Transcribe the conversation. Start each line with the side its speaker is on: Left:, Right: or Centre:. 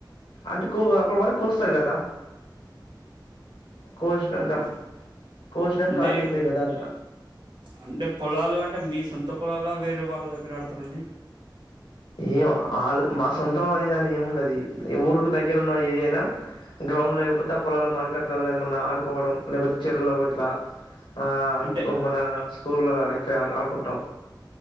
Left: అంటే కో అప్పటి వరకు కోస్తారు గదా కోశినాక
Right: ఆ,
Left: కోశినాకా
Right: అంటే
Left: అడినే ఎండుతాయ్ కాద అదంత
Right: అంటే పొలాలు అంటే మీ సొంత పొలాల వేరే వాళ్ళ దగ్గర ఆడుతారండి
Left: ఏం అళ్ మా సొంతం అది ఇది ఏముండది ఊరికి దగ్గరు ఉన్నా ఏదైనా గ్రౌండ్ లేకపోతే ఆ పొలలు మార్కెట్లలో ఏమన్నా ఆడుకోవడం లేకపోతే చెరువు లో ఇట్లా ఆ
Right: అంటే
Left: మన స్కూల్లో గదా ఇట్లా ఆడుకుంటాం